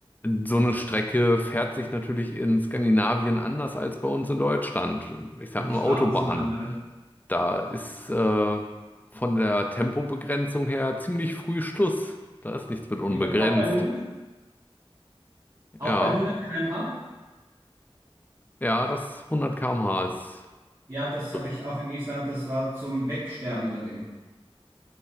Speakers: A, on the left; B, on the right.
A: so eine Strecke fährt sich natürlich in Skandinavien anders als bei uns in Deutschland. Ich sag
B: Und die
A: nur
B: Strafen
A: Autobahn.
B: sind andere.
A: Da ist äh, von der Tempobegrenzung her ziemlich früh Schluss. Da ist nichts mit unbegrenzt.
B: Ich glaube, auch bei 100, auch
A: Ja,
B: bei 100 km/h.
A: ja, das 100 km/h ist
B: Ja, das
A: Schluss.
B: habe ich auch in Island. Das war zum Wegsterben daneben.